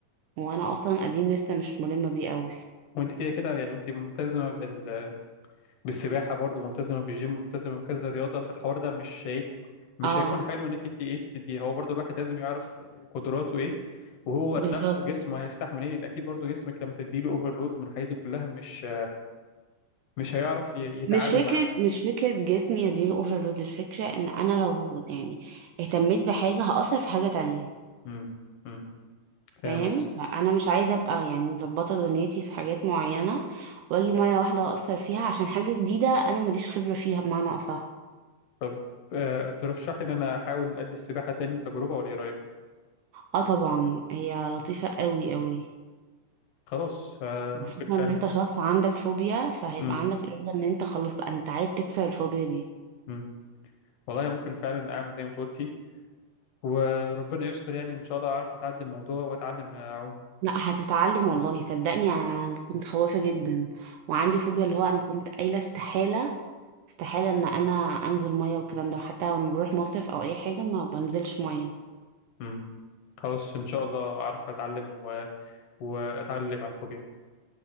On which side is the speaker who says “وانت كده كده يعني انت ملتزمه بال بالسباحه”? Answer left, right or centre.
Left